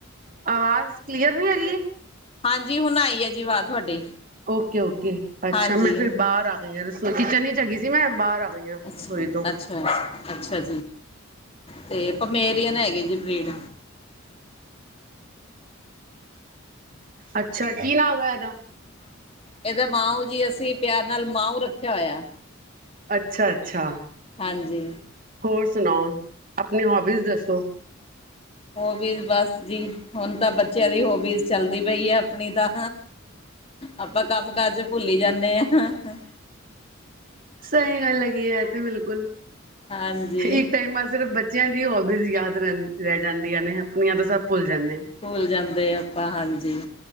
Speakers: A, on the right; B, on the left.
A: ਆਵਾਜ਼ ਕਲੀਅਰ ਨੀ ਹੈਗੀ
B: ਹਾਂਜੀ ਹੁਣ ਆਈ ਹੈ ਜੀ ਆਵਾਜ਼ ਤੁਹਾਡੀ
A: ਓਕੇ ਓਕੇ ਓ ਅੱਛਾ
B: ਹਾਂਜੀ
A: ਮੈਂ ਫਿਰ ਬਾਹਰ ਆ ਗਈ ਹਾਂ ਸੋ ਕਿਚਨ ਹੀ ਚੱਲੀ ਸੀ ਮੈਂ ਬਾਹਰ ਗਈ ਹਾਂ
B: ਅੱਛਾ
A: ਰਸੋਈ ਤੋਂ
B: ਅੱਛਾ ਅੱਛਾ ਤੇ ਪਮੇਰੀਅਨ ਹੈਗੇ ਜੀ ਬਰੀਡ
A: ਅੱਛਾ ਕੀ <unintelligible> ਇਹਦਾ।
B: ਇਹਦਾ ਮਾਂਓ ਜੀ ਅਸੀਂ ਪਿਆਰ ਨਾਲ ਮਾਂਓ ਰੱਖਿਆ ਹੋਇਆ।
A: ਅੱਛਾ ਅੱਛਾ।
B: ਹਾਂਜੀ।
A: ਹੋਰ ਸੁਣਾਓ ਆਪਣੇ ਹੋਬੀਸ ਦੱਸੋ
B: ਹੋਬੀਜ਼ ਬਸ ਜੀ ਹੁਣ ਤਾਂ ਬੱਚਿਆਂ ਦੀ ਹੋਬੀਜ਼ ਚੱਲਦੀ ਪਈ ਆ ਆਪਣੀ ਤਾਂ ਆਪਾਂ ਕੰਮ ਕਾਜ ਭੁੱਲੀ ਜਾਂਨੇ ਹਾਂ। ਹਾਂ ਹ।
A: ਸਹੀ ਗੱਲ ਹੈਗੀ ਇਹ ਤੇ ਬਿਲਕੁਲ।
B: ਹਾਂਜੀ
A: <unintelligible> ਟਾਈਮਾਂ ਸਿਰਫ ਬੱਚਿਆਂ। ਹੋਬਿਸ ਯਾਦ <unintelligible> ਜਾਂਦੀਆਂ ਨੇ ਆਪਣੀਆਂ ਤਾਂ ਸਭ ਭੁੱਲ ਜਾਂਨੇ ਹਾਂ।
B: ਭੁੱਲ ਜਾਂਦੇ ਆਪਾਂ ਹਾਂਜੀ